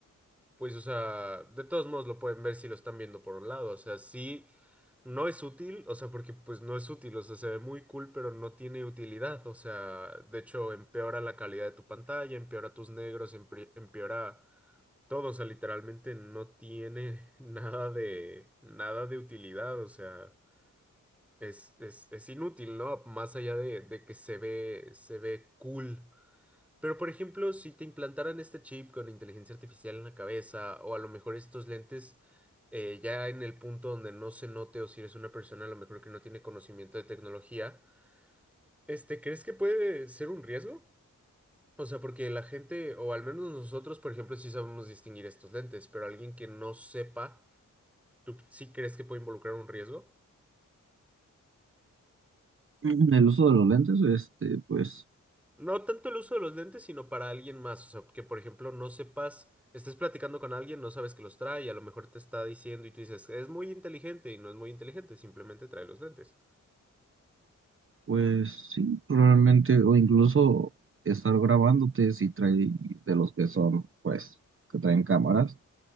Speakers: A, in the centre; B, on the right (about 45°).
A: Pues, o sea, de todos modos lo pueden ver si lo están viendo por un lado. O sea, sí, no es útil, o sea, porque pues no es útil, o sea, se ve muy cool, pero no tiene utilidad. O sea, de hecho, empeora la calidad de tu pantalla, empeora tus negros, empe- empeora todo. O sea, literalmente no tiene <laughs> nada de, nada de utilidad. O sea, es, es, es inútil, ¿no? Más allá de, de que se ve, se ve cool. Pero, por ejemplo, si te implantaran este chip con inteligencia artificial en la cabeza, o a lo mejor estos lentes eh, ya en el punto donde no se note, o si eres una persona a lo mejor que no tiene conocimiento de tecnología, este, ¿crees que puede ser un riesgo? O sea, porque la gente, o al menos nosotros, por ejemplo, sí sabemos distinguir estos lentes, pero alguien que no sepa, ¿tú sí crees que puede involucrar un riesgo?
B: <clears throat> El uso de los lentes, este, pues,
A: No tanto el uso de los lentes, sino para alguien más. O sea, que por ejemplo no sepas, estés platicando con alguien, no sabes que los trae, y a lo mejor te está diciendo y tú dices, es muy inteligente y no es muy inteligente, simplemente trae los lentes.
B: pues sí, probablemente, o incluso estar grabándote si trae de los que son, pues, que traen cámaras,